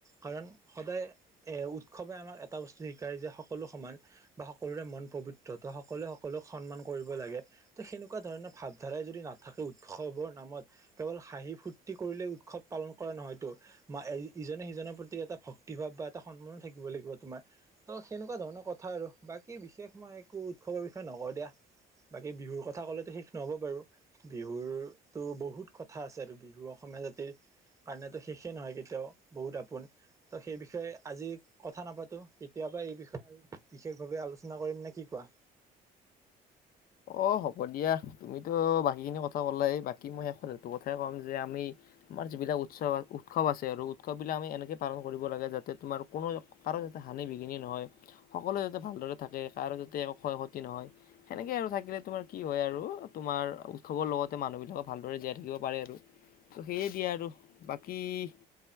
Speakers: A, on the right; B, on the left.
A: কাৰণ সদায় এ উৎসৱে আমাক এটা বস্তু শিকায় যে সকলো সমান। বা সকলোৰে মন পবিত্ৰ ত' সকলোৱে সকলোক সন্মান কৰিব লাগে। ত' সেনেকুৱা ধৰণৰ ভাৱধাৰাই যদি নাথাকে উৎসৱৰ নামত কেৱল হাঁহি ফুৰ্তি কৰিলে উৎসৱ পালন কৰে নহয়তো। মা ইজনে সিজনৰ প্ৰতি এটা ভক্তি ভাৱ বা এটা সন্মানো থাকিব লাগিব তোমাৰ। ত' সেনেকুৱা ধৰণৰ কথা আৰু বাকী বিশেষ মই একো উৎসৱৰ বিষয়ে নকওঁ দিয়া। বাকী বিহুৰ কথা ক'লেতো শেষ নহ'ব বাৰু। বিহুৰতো বহুত কথা আছে আৰু বিহু অসমীয়া জাতিৰ কাৰণেতো শেষে নহয় কেতিয়াও বহুত আপোন। ত' সেই বিষয়ে আজি কথা নাপাতো কেতিয়াবা এই বিষয়ে আৰু বিশেষ ভাৱে আলোচনা কৰিম নে কি কোৱা?
B: অ', হ'ব দিয়া। তুমিতো বাকীখিনি কথা কলাই বাকী মই শেষত সেইটো কথাই ক'ম যে আমি আমাৰ যিবিলাক উৎসৱ উৎসৱ আছে আৰু উৎসৱবিলাক আমি এনেকে পালন কৰিব লাগে। যাতে তোমাৰ কোনো কাৰো যাতে হানি বিঘিনি নহয় সকলোৱে যাতে ভালদৰে থাকে কাৰো যাতে একো ক্ষয় ক্ষতি নহয়। সেনেকৈ আৰু থাকিলে তোমাৰ কি হয় আৰু তোমাৰ উৎসৱৰ লগতে মানুহবিলাকো ভালদৰে জীয়াই থাকিব পাৰে আৰু। ত' সেয়ে দিয়ে আৰু বাকী-